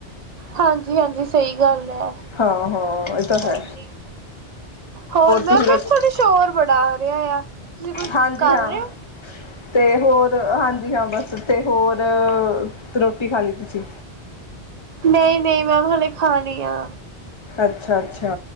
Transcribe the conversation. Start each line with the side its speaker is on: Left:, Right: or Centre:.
Right: ਹਾਂਜੀ ਹਾਂਜੀ ਸਹੀ ਗੱਲ ਐ।
Left: ਹਾਂ ਹਾਂ ਇਹ ਤਾਂ
Right: ਹਾਂਜੀ
Left: ਹੈ
Right: ਹੋਰ ਮੈਮ
Left: ਤੁਸੀਂ ਰੋਟੀ
Right: ਮੈਮ ਤੁਹਾਡੇ ਸ਼ੋਰ ਬੜਾ ਆ ਰਿਹਾ ਆ। ਤੁਸੀਂ ਕੋਈ
Left: ਹਾਂਜੀ
Right: ਕਰ
Left: ਹਾਂ
Right: ਰਹੇ ਹੋ।
Left: ਅਤੇ ਹੋਰ ਹਾਂਜੀ ਹਾਂ ਬਸ ਅਤੇ ਹੋਰ ਰੋਟੀ ਖਾ ਲੀ ਤੁਸੀਂ?
Right: ਨਹੀਂ ਨਹੀਂ ਮੈਂ ਹਲੇ ਖਾਣੀ ਆ।
Left: ਅੱਛਾ ਅੱਛਾ